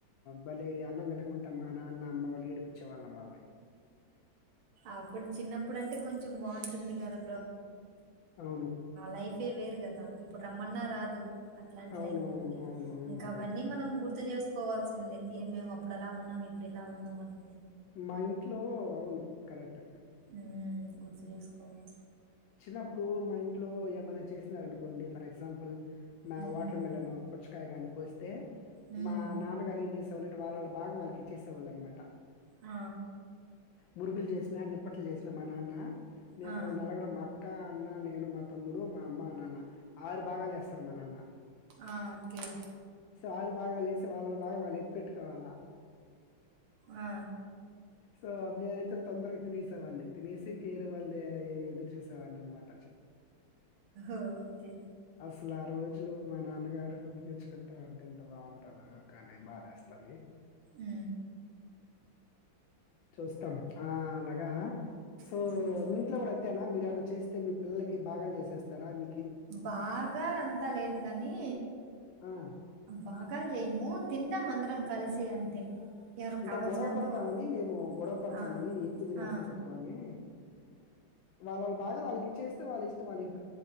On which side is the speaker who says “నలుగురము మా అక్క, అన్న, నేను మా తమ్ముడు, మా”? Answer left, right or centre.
Left